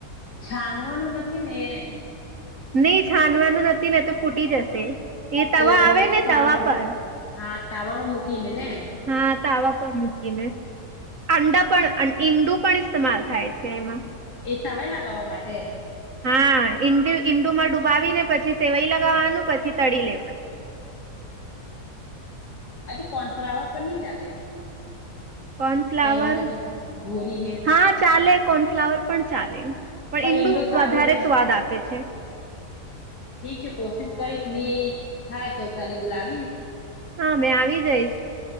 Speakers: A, on the left; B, on the right.
A: છાનવાનું નથી ને એ?
B: ની છાનવાનું નથી નતો ફૂટી જશે. એ તવા
A: તો
B: આવે ને
A: તાવા
B: તવા પર
A: હા તાવામાં મૂકી ને ને?
B: હા તાવા પર મૂકીને. અંડા પણ અં ઈંડુ પણ ઇસ્તેમાલ થાય છે એમાં.
A: એ સવાય લગાવવા માટે?
B: હા. ઈંડ-ઈંડુમાં ડૂબાવી ને પછી સેવઈ લગાવવાનું પછી તળી લેવાનું.
A: આ તો કોર્નફ્લાવર પર નહીં ચાલે?
B: કોર્નફ્લાવર,
A: એમાં જ ઘોરીને
B: હા, હા ચાલે. કોર્નફ્લાવર પણ ચાલે. પણ ઈંડુ
A: ઈંડો સારું
B: વધારે
A: ને
B: સ્વાદ આપે છે.
A: <unintelligible> કોશિશ કરીશ, ની થાય તો તને બોલાવીશ.
B: હા મેં આવી જઈશ.